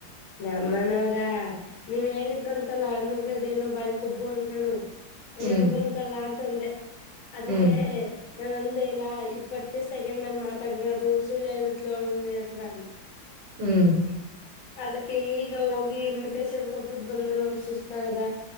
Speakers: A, on the left; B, on the right.
A: ನಮ್ಮ ಅಣ್ಣವರ <unintelligible> ನೀವ್ ಹೇಳಿದ್ರ ಅಂತಲ್ಲ ಅನ್ನುಗದೇನೋ ಬಾರಿ ಕೊಬ್ಬು ಅನ್ಕೊಂಡು ಹಂಗಂದ್ರ
B: ಹ್ಮ್
A: ಅಂತಲ್ಲಾ ಅಂತಂದೆ. <unintelligible> ಅದಕ್ಕೆ
B: ಹ್ಮ್
A: ನಾನ್ ನೊಂದ <unintelligible> ಮಂದೇ ಇಲ್ಲ ಇಪ್ಪತ್ತೇ ಸೆಕೆಂಡ್ ನಾನ್ ಮಾತಾಡಿರೋದು ಸುಳ್ಳು ಹೇಳದಲ್ಲ ಅವಳು ನೀನ್ ಹತ್ರ ಅಂದಲ್ಲ? <unintelligible>
B: ಹೂ <unintelligible>
A: ಅದಕ್ಕೆ ಈಗ ಹೋಗಿ ಇನ್ವಿಟೇಶನ್ ಕೊಟ್ಬಿಟ್ಟು ಬಂದು ನಂಗೆ ಸುಸ್ತ ಆಗದ.